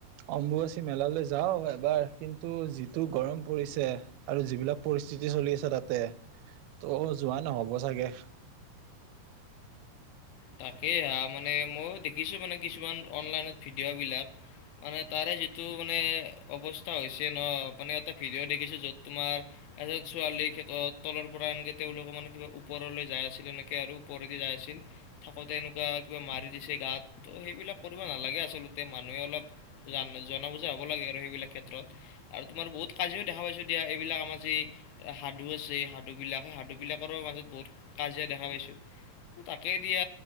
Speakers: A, on the right (about 85°); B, on the left (about 75°).
A: অম্বুুৱাচী মেলালৈ যাওঁ এবাৰ কিন্তু যিটো গৰম পৰিছে। আৰু যিবিলাক পৰিস্থিতি চলি আছে তাতে। ত' যোৱা নহ'ব চাগে।
B: তাকে হা মানে ময়ও দেখিছোঁ মানে কিছুমান অনলাইনত ভিডিঅ' বিলাক। মানে তাৰে যিটো মানে অৱস্থা হৈছে ন মানে এটা ভিডিঅ' দেখিছো, য'ত তোমাৰ এজন ছোৱালী তলৰ পৰা আনকৈ তেওঁলোকে মানে কিবা ওপৰলৈ যায় আছিল, এনেকৈ আৰু ওপৰেদি যাই আছিল। থাকোঁতে এনেকুৱা কিবা মাৰি দিছে গাত তো সেইবিলাক কৰিব নালাগে, আচলতে মানুহে অলপ জ বুজা হ'ব লাগে আৰু সেইবিলাক ক্ষেত্ৰত। আৰু তোমাৰ বহুত কাজিয়ও দো পাইছোঁ দিয়া এইবিলাক আম আজি সাধু আছে সাধু বিলাক সেই সাধু বিলাকৰো মাজত বহুত কাজিয়া দেখা পাইছো। তাকেই দিয়া।